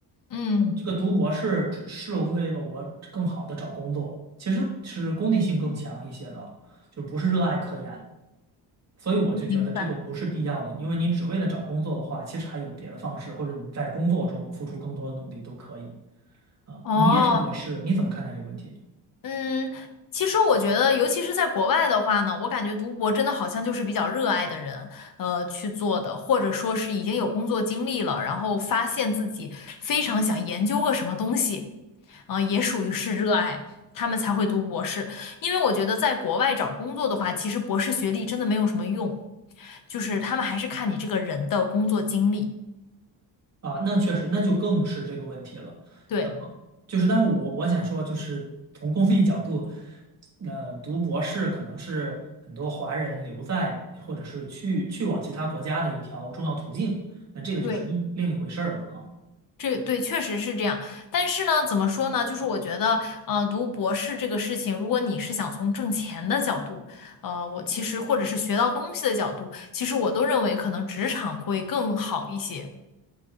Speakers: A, on the left (about 50°); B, on the right (about 35°).
A: 嗯，
B: 嗯这个读博是只是为了我更好的找工作，其实是功利性更强一些的，就不是热爱科研。所以我就觉得这个不是必要的，
A: 明白。
B: 因为你只为了找工作的话，其实还有别的方式，或者你在工作中付出更多的努力都可以啊。
A: 哦，
B: 你也是博士，你怎么看待这个问题
A: 嗯，其实我觉得，尤其是在国外的话呢，我感觉读博真的好像就是比较热爱的人，呃，去做的，或者说是已经有工作经历了，然后发现自己非常想研究个什么东西。呃，也属于是热爱，他们才会读博士。因为我觉得在国外找工作的话，其实博士学历真的没有什么用，就是他们还是看你这个人的工作经历。
B: 啊？那确实，那就更是这个问题了。
A: 对。
B: 嗯，就是，但是我我想说，就是从公益角度，呃，读博士可能是很多华人留在或者是去去往其他国家的一条重要途径，那这个就是另另一回事儿了哈。
A: 对，这对确实是这样，但是呢，怎么说呢？就是我觉得，呃，读博士这个事情，如果你是想从挣钱的角度，呃，我其实或者是学到东西的角度，其实我都认为可能职场会更好一些。